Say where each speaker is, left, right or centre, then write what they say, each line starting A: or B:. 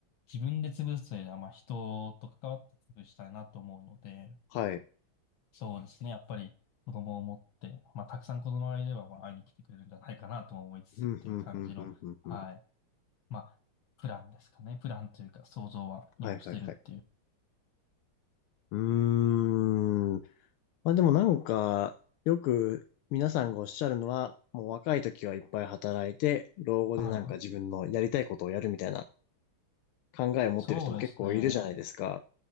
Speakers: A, on the left; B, on the left.
A: 自分で潰すというよりは、まあ人と関わって潰したいなと思うので、
B: はい。
A: そうですね。やっぱり子供を持って、まあ、たくさん子供がいれば、まあ、会いに来てくれるんじゃないかなとも思いつつっていう感じの、
B: うん、うん、うん、うん、うん。
A: はい。
B: うん
A: まあ、プランですかね。プランというか、想像は今してるっていう。
B: はい、はい、はい。うーん。まあでもなんか、よく皆さんがおっしゃるのは、もう若い時はいっぱい働いて、老後でなんか自分のやりたいことをやるみたいな
A: はい。
B: 考えを持ってる人も結構いるじゃないですか。
A: そうですね。